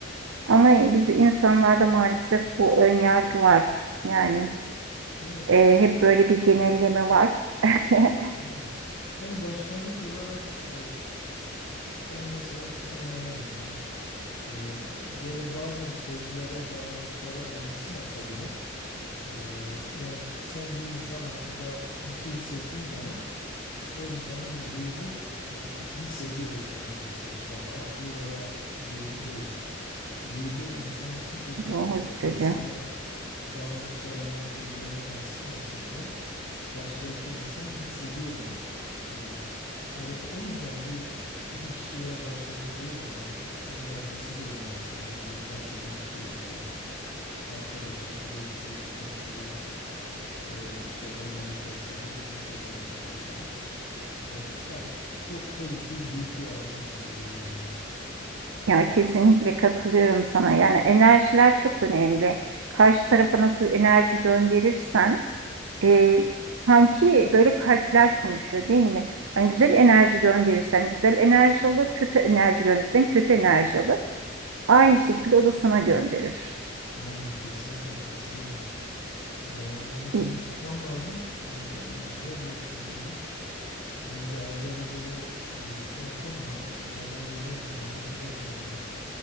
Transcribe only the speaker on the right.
Ama biz insanlarda maalesef bu ön yargı var. Yani
e, hep
böyle bir genelleme var. <laughs>
Ruhu hissediyor.
Ya kesinlikle katılıyorum sana. Yani enerjiler çok önemli. Karşı tarafa nasıl enerji gönderirsen e, sanki böyle kalpler konuşuyor değil mi? Yani güzel enerji gönderirsen güzel enerji alır, kötü enerji gönderirsen kötü enerji alır. Aynı şekilde o da sana gönderir.
E,